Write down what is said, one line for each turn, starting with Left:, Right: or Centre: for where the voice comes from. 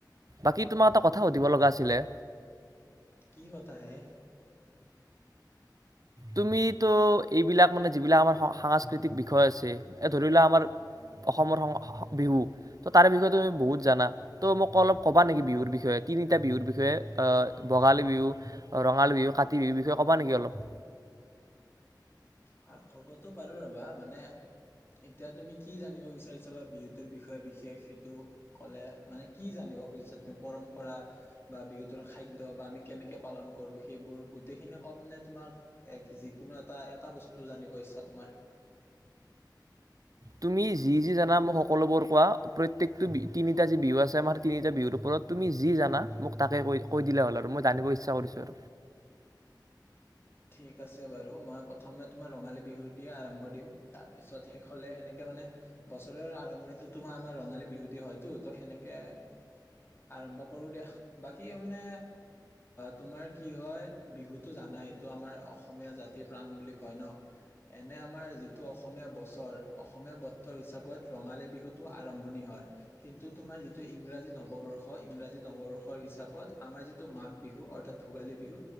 Right: বাকী তোমাক এটা কথা সুধিব লগা আছিলে।
Left: কি কথা হে।
Right: তুমিতো এইবিলাক মানে যিবিলাক আমাৰ সাংস্কৃতিক বিষয় আছে, এ ধৰি লোৱা আমাৰ অসমৰ সং বিহু তাৰ বিষয়ে তুমি বহুত জানা ত' মোক অলপ ক'বা নেকি বিহুৰ বিষয়ে তিনিটা বিহুৰ বিষয়ে অ ভোগালী বিহু, ৰঙালী বিহু, কাতি বিহুৰ বিষয়ে ক'বা নেকি অলপ।
Left: হয়, ক'বতো পাৰো ৰ'বা মানে এতিয়া তুমি কি জানিব বিচাৰিছা বা বিহুতৰ বিষয়ে বিশেষ সেইটো ক'লে মানে কি জানিব খুজিছা তুমি পৰম্পৰা বা বিহুতৰ খাদ্য বা আমি কেনেকে পালন কৰো সেইবোৰ গোটেইখিনি কম নে তোমাক ই কি যিকোনো এটা- এটা বস্তু টো জানিব ইচ্ছা তোমাৰ।
Right: তুমি যি- যি জানা মোক সকলোবোৰ কোৱা প্ৰত্যেকটো তিনিটা যি বিহু আছে আমাৰ তিনিটা বিহুৰ ওপৰত তুমি যি জানা মোক তাকে কৈ- কৈ দিলে হ'ল আৰু মই জানিব ইচ্ছা কৰিছো।
Left: ঠিক আছে বাৰু মই প্ৰথমে তোমাৰ ৰঙালী বিহুৰ দিয়ে আৰম্ভ দিম তাৰপিছত শেষলে সেনেকে মানে বছৰৰ আৰম্ভণিটো তোমাৰ আমাৰ ৰঙালী বিহু দি হয়টো ত সেনেকে আৰম্ভ কৰো দিয়া বাকী মানে তোমাৰ কি হয় বিহুটো জানাই টো আমাৰ অসমীয়া জাতিৰ প্ৰাণ বুলি কয় ন, এনে আমাৰ যিটো অসমীয়া বছৰ অসমীয়া বছৰ হিচাপত ৰঙালী বিহুটো আৰম্ভণি হয়, কিন্তু তোমাৰ যিটো ইংৰাজী নৱবৰ্ষ ইংৰাজী নৱবৰ্ষৰ হিচাপত আমাৰ যিটো মাঘ বিহু অৰ্থাৎ ভোগালী বিহু